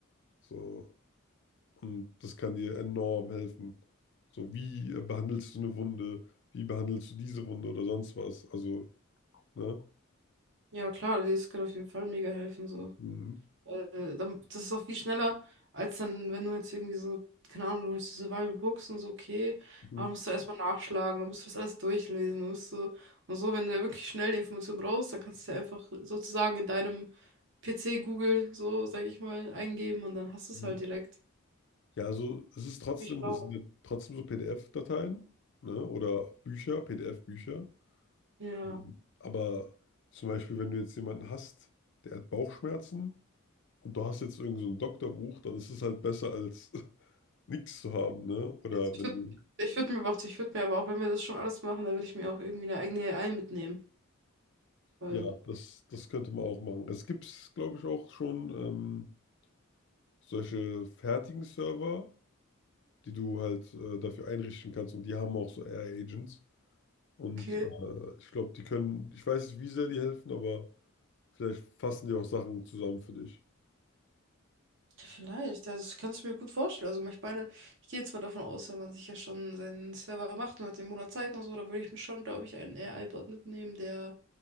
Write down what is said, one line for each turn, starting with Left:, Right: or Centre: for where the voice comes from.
Left: So, Und das kann dir enorm helfen. So, wie äh, behandelst du eine Wunde? Wie behandelst du diese Wunde oder sonst was? Also, ne?
Right: Ja, klar, das kann auf jeden Fall mega helfen, so.
Left: Mhm.
Right: Äh, dann- das ist auch viel schneller, als dann, wenn du jetzt irgendwie so, keine Ahnung, du holst die Survival Books und so, okay,
Left: Mhm.
Right: aber musst du erstmal nachschlagen, dann musst du das alles durchlesen, dann musst du, und so, wenn du ja wirklich schnell die Information brauchst, dann kannst du ja einfach sozusagen in deinem PC Google, so, sag ich mal, eingeben und dann hast du
Left: Mhm.
Right: es halt direkt.
Left: Ja, also es ist trotzdem,
Right: Viel schlauer.
Left: es sind ja trotzdem so PDF-Dateien, ne? Oder Bücher, PDF-Bücher.
Right: Ja.
Left: Mhm. Aber zum Beispiel, wenn du jetzt jemanden hast, der hat Bauchschmerzen und du hast jetzt irgend so ein Doktorbuch, dann ist es halt besser als <laughs> nichts zu haben, ne? Oder
Right: Ich
Left: wenn
Right: würde
Left: du
Right: ich würd mir aber auch, ich würde mir aber auch, wenn wir das schon alles machen, dann würde ich mir auch irgendwie eine eigene AI mitnehmen, weil,
Left: Ja, das, das könnte man auch machen. Es gibt, glaube ich, auch schon ähm, solche fertigen Server, die du halt äh, dafür einrichten kannst und die haben auch so AI-Agents. Und
Right: okay.
Left: äh, ich glaube, die können, ich weiß nicht, wie sehr die helfen, aber vielleicht fassen die auch Sachen zusammen für dich.
Right: Ja, Vielleicht, ja, das kannst du mir gut vorstellen. Also ich meine, ich gehe jetzt mal davon aus, wenn man sich ja schon seinen Server macht und hat den Monat Zeit und so, da würde ich mir schon, glaube ich, einen AI-Bot mitnehmen, der